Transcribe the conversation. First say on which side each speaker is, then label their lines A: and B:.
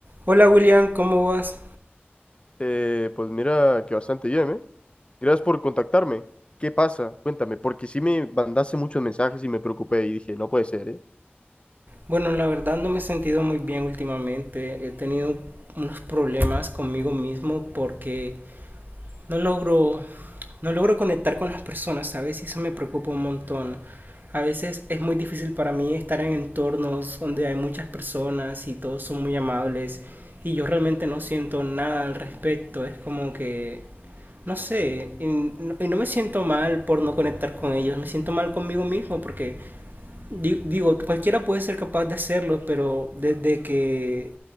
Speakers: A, on the right; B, on the left.
A: Hola William, ¿cómo vas?
B: Eh, pues mira que bastante bien, ¿eh? Gracias por contactarme. ¿Qué pasa? Cuéntame, porque sí me mandaste muchos mensajes y me preocupé y dije, no puede ser, ¿eh?
A: Bueno, la verdad no me he sentido muy bien últimamente. He tenido unos problemas conmigo mismo porque no logro, no logro conectar con las personas, ¿sabes? Y eso me preocupa un montón. A veces es muy difícil para mí estar en entornos donde hay muchas personas y todos son muy amables y yo realmente no siento nada al respecto. Es como que, no sé, y, y no me siento mal por no conectar con ellos, me siento mal conmigo mismo porque Di- Digo, cualquiera puede ser capaz de hacerlo, pero desde que